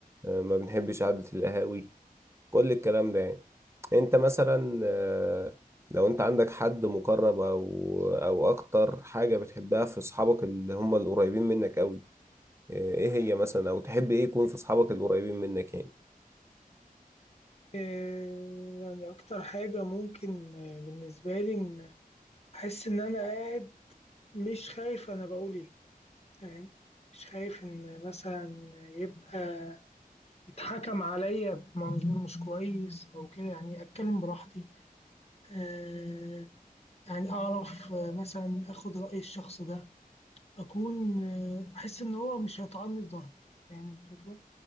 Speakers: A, on the right (about 20°); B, on the left (about 45°).
A: آه، ما بنحبش قعدة القهاوي كل الكلام ده يعني انت مثلا آه، لو انت عندك حد مقرب او او اكتر حاجة بتحبها في اصحابك اللي هم القريبين منك قوي آه، ايه هي مثلا او تحب ايه يكون في اصحابك القريبين منك يعني
B: آه، يعني اكتر حاجة ممكن آه، بالنسبة لي ان احس ان انا قاعد مش خايف انا بقول ايه تمام مش خايف ان مثلا يبقى يتحكم عليا بمنظور مش كويس او كده يعني اتكلم براحتي آه، يعني اعرف آه، مثلا اخد رأي الشخص ده أكون آه، أحس إن هو مش هيطعني في ظهري يعني الفكرة